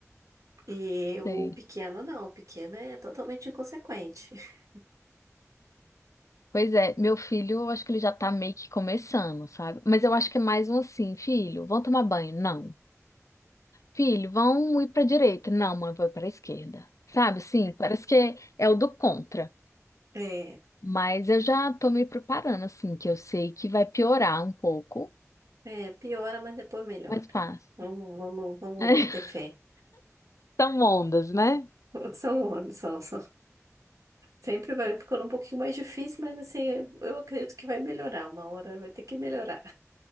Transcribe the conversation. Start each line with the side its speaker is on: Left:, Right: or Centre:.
Right: E o
Left: sei.
Right: pequeno, não. O pequeno é totalmente inconsequente. <laughs>
Left: Pois é, meu filho, eu acho que ele já tá meio que começando, sabe? Mas eu acho que é mais um assim, filho, vão tomar banho? Não. Filho, vão ir pra direita? Não, mãe, vou pra esquerda. Sabe, assim, parece que é o do contra.
Right: É.
Left: Mas eu já tô me preparando, assim, que eu sei que vai piorar um pouco,
Right: É, piora, mas depois melhora.
Left: mas passa.
Right: Vamos, vamos, vamos
Left: <laughs>
Right: ter fé.
Left: São ondas, né?
Right: <laughs> São anos, são, são. Sempre vai ficando um pouquinho mais difícil, mas assim, eu acredito que vai melhorar. Uma hora vai ter que melhorar.